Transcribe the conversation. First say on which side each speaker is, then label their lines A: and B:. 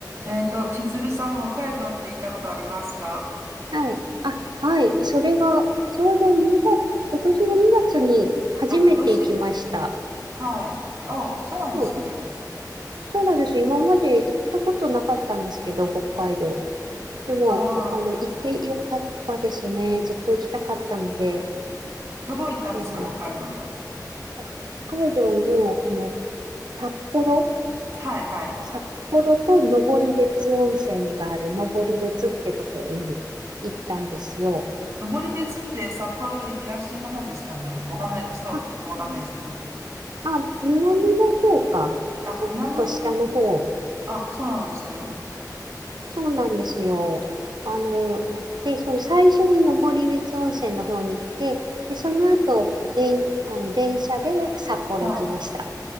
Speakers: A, on the right (about 45°); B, on the right (about 80°).
A: えっと、千鶴さんは北海道って行ったことありますか
B: はい。あ、はい。それが、ちょうど2月、今年の2月に初めて行きました。
A: あ、今年。はい。お、そうなんですね。
B: そう、いそうなんです。今まで行ったことなかったんですけど、北海道。でも、
A: ああ、
B: あの、行ってよかったですね。
A: はい。
B: ずっと行きたかったので、
A: どこ行ったんですか、
B: もう
A: 北海道の。
B: あ北海道の、あの、札幌、
A: はいはい。
B: 札幌と登別温泉がある登別ってところに行ったんですよ。
A: 登別って札幌より東の方ですかね。わかんない。ちょっと、
B: あ、
A: ちょっとわかんないんですけど。
B: ねあ、南の方か。
A: あ、
B: ちょっと下の方。
A: 南、あ、そうなんですね。
B: そうなんですよ。あの、で、その最初に登別温泉の方に行って、で、その後、でんあの、電車で札幌行きました。
A: はい。